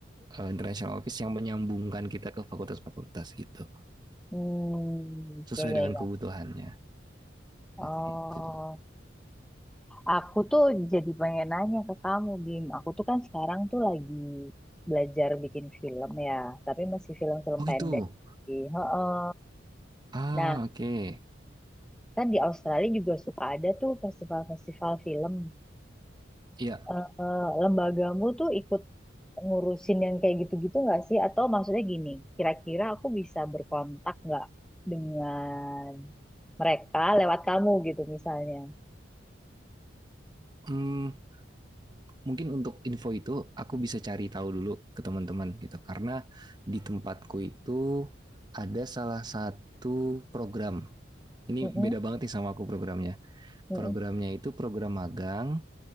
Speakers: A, on the right (about 25°); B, in the centre.
A: eh, international office yang menyambungkan kita ke fakultas-fakultas gitu,
B: Hmm,
A: sesuai
B: iya iya
A: dengan
B: iya.
A: kebutuhannya
B: Oh.
A: gitu. Itu.
B: Aku tuh jadi pengen nanya ke kamu, Bim. Aku tuh kan sekarang tuh lagi belajar bikin film ya, tapi masih film-film
A: Oh
B: pendek.
A: gitu.
B: sih. Heeh.
A: Ah,
B: Nah,
A: oke. Okay.
B: kan di Australia juga suka ada tuh festival-festival film.
A: Ya,
B: Eh, eh, lembagamu tuh ikut ngurusin yang kayak gitu-gitu nggak sih? Atau maksudnya gini, kira-kira aku bisa berkontak nggak dengan mereka lewat kamu gitu misalnya?
A: hmm, mungkin untuk info itu aku bisa cari tahu dulu ke teman-teman gitu karena di tempatku itu ada salah satu program. Ini
B: Mm-mm,
A: beda banget nih sama aku programnya
B: mm-mm.
A: Programnya itu program magang